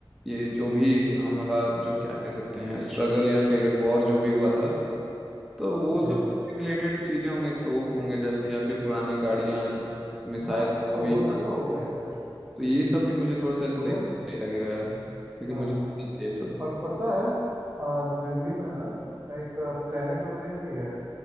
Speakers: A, in the centre; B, on the right.
A: ये जो भी हमारा जो क्या कह सकते हैं स्ट्रगल या फिर वॉर जो भी हुआ था तो वो
B: जी
A: सब
B: जी
A: रिलेटेड चीजें होंगे तोप होंगे जैसे या फिर पुरानी गाड़ियाँ मिसाइल
B: हाँ
A: जो
B: हाँ,
A: भी
B: वो सब तो हो गए यार
A: तो ये सब भी मुझे थोड़ा सा ऐसे
B: उधर
A: देख सही लगेगा यार क्योंकि
B: हाँ
A: मुझे पसंद
B: हाँ
A: है ये सब
B: और पता है आ, दिल्ली में ना एक प्लानिटोरियम भी है